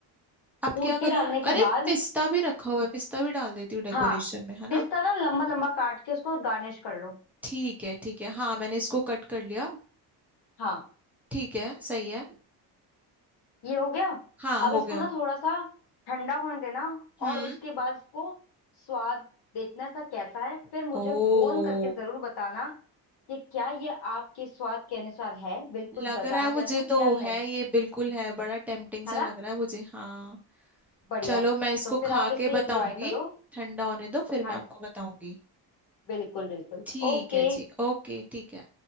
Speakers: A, in the centre; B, on the left.
A: अब
B: कूट
A: क्या
B: के
A: करूँ
B: डालने के
A: अरे
B: बाद
A: पिस्ता भी रखा हुआ है पिस्ता भी डाल देती हूँ डेकोरेशन
B: हाँ
A: में है ना
B: पिस्ता ना लंबा लंबा काट के उसको गार्निश कर लो
A: ठीक है ठीक है हाँ मैंने इसको कट कर लिया
B: हाँ
A: ठीक है सही है
B: ये हो गया
A: हाँ
B: अब
A: हो
B: इसको
A: गया
B: ना थोड़ा सा ठंडा होने देना
A: हम्म
B: और उसके बाद इसको स्वाद देखना इसका कैसा है फिर मुझे
A: ओ
B: फोन करके जरूर बताना कि क्या ये आपके स्वाद के अनुसार है बिल्कुल
A: लग
B: बाजार
A: रहा है मुझे
B: जैसा
A: तो
B: या नहीं
A: है ये बिल्कुल है बड़ा टेम्पटिंग सा
B: है ना
A: लग रहा है मुझे हाँ
B: बढ़िया
A: चलो मैं इसको
B: तो फिर
A: खा
B: आप इसे
A: के बताऊंगी
B: एंजॉय करो
A: ठंडा होने दो फिर
B: हाँ
A: मैं आपको
B: जी
A: बताऊंगी
B: बिल्कुल बिल्कुल
A: ठीक
B: ओके
A: है जी ओके ठीक है